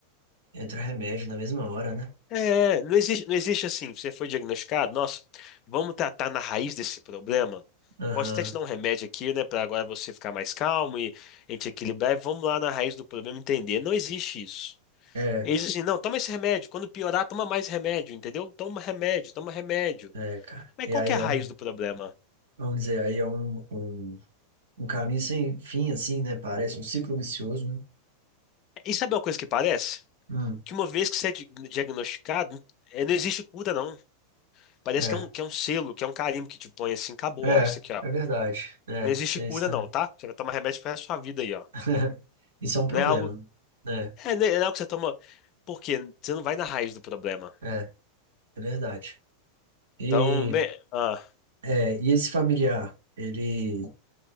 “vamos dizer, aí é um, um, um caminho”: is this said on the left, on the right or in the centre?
Right